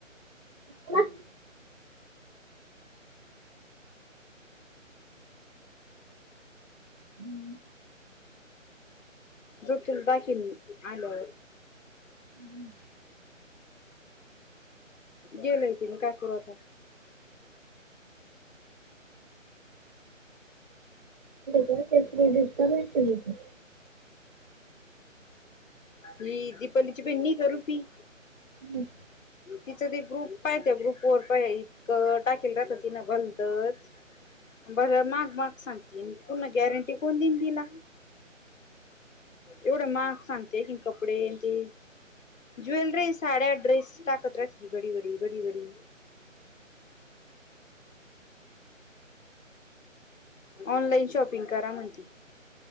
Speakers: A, on the right; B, on the left.
A: तुला हम्म
B: जर तुला दाखिवल मी आल्यावर
A: हम्म
B: गेलंय ते मी काय करू आता
A: का तेसरी रस्ता भट घ <unintelligible>
B: ही दिपाली ची बहीण नाही का रुपी
A: ह
B: तिचं ते ग्रुप पाहत ग्रुप वर पाहि इतकं टाकेल राहतं, तिनं भलतच भ माग मग सांगते पूर्ण गॅरंटी कोण दिन दिला एवढा महाग सांगतेयि कपडेती, ज्वेलरी, साड्या- ड्रेस टाकत राहिती ती घडी घडी घडी घडी ऑनलाइन शॉपिंग करा म्हणती.